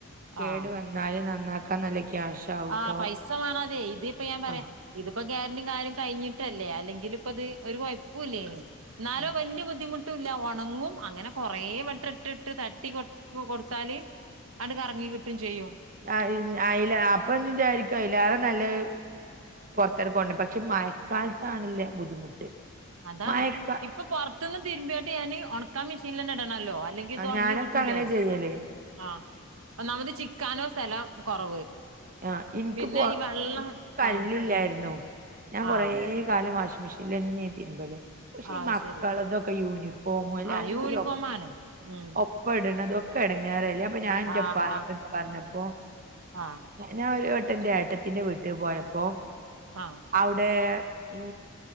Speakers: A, on the right (about 40°); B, on the right (about 70°).
A: കേടു
B: ആഹ്
A: വന്ന നാല് നന്നാക്കാൻ നല്ല ക്യാഷ് ആവൂട്ടോ
B: ആഹ് പൈസ വാണതെ ഇതിപ്പ ഞാൻ പറ്യേ
A: ആഹ്
B: ഇത്പ്പാെ ഗ്യാരന്റിം കാര്യം കയിഞ്ഞിട്ടല്ലേ അല്ലെങ്കില് ഇപ്പത് ഒരു കൊയപ്പും ഇല്ലേന്നു ഇന്നാലും
A: ഉം
B: വല്യ ബുദ്ധിമു ഇട്ല്ല ഒണങ്ങും അങ്ങനെ കൊറെ വെട്ടം ഇട്ട്ഇട്ട് തട്ടി കൊ കൊടുത്താല്. അണ്ട്കറങ്ങികിട്ടും ചെയ്യും
A: ആഹ് അത് ആയിലാ അപ്പൊന്ന് വിചാരിക്കും ഐലേറെ നല്ലത് പൊർത്തെറക്കോണ്ട് പക്ഷെ മയക്കാലത്താണ്ല്ലേ ബുദ്ധിമുട്ട്
B: അതാണൈ
A: മഴക്ക
B: ഇപ്പൊ പൊറത്ത്ന്ന് തിരിമ്പിയാണ്ട് ഞാന് ഒണക്കാൻ മിഷീൻലെന്നെ ഇടണല്ലോ അല്ലെ ഇതൊണങ്ങി
A: ഞാനൊക്കെ
B: കിട്ടൂലൈ
A: അങ്ങനെ ചെയ്യല്
B: ആഹ് ഒന്നാമത് ചിക്കാനോ സ്ഥലം കൊറവ്
A: ആഹ് ഇനിക്ക്
B: പിന്നെ
A: പോ
B: ഈ വെള്ളം
A: ഇനിക്ക് കല്ലില്ലായിരുന്നു
B: ആഹ്
A: ഞാൻ കൊറ
B: ആഹ്
A: കാര്ണംവാഷ്മിഷിന്ലെന്നെണ് തിര്മ്പല് പക്ഷെ
B: അത്
A: ഈ മക്കളതൊക്കെ
B: ശരി
A: യൂനിഫോമും എല്ലാരതും
B: ആഹ് യൂണിഫോമാണ്
A: കൂടി ഒപ്
B: ഉം
A: ഒപ് ഇപ്പട്ണതൊക്കെ എടങ്ങേറല്ലേ അപ്പൊ ഞാൻ ഇന്റപ്പാനോട്
B: ആഹ് ആഹ്
A: ഒരിക്കെ പറ്ഞ്ഞപ്പോ
B: ആഹ്
A: ഞാന് ഒരുവട്ടംന്റെ ഏട്ടത്തിന്റെ വീട്ട്പോയപ്പോ
B: ആഹ്.
A: അവ്ടെ ഈ